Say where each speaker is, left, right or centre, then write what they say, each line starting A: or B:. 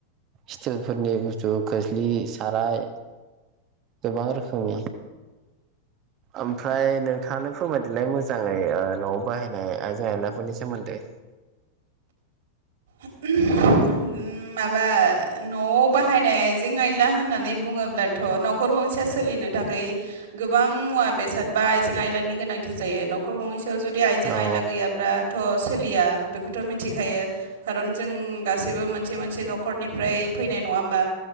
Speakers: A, on the right (about 35°); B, on the right (about 60°).
A: स्टिलफोरनि बुस्थु। खोस्लि, साराय गोबां रोखोमनि ओमफ्राय नोंथाङानो फोरमायदेरलाय मोजाङै न'आव बाहायनाय आइजें आयलाफोरनि सोमोन्दै।
B: उम माबा न'आव बाहायनाय आइजें-आइला होननानै बुङोब्ला। थ' न'खर गंसेया सोलिनो थाखाय गोबां मुवा बेसाद बा आइजें आयलानि गोनांथि जायो न'खर गंनै सायाव जुदि आइजें
A: औ
B: आयला गैयाब्ला। थ' सोलिया बेखौथ' मिथिखायो। खारन जों गासैबो मोनसे मोनसे न'खरनिफ्राय फैनाय नङा होमबा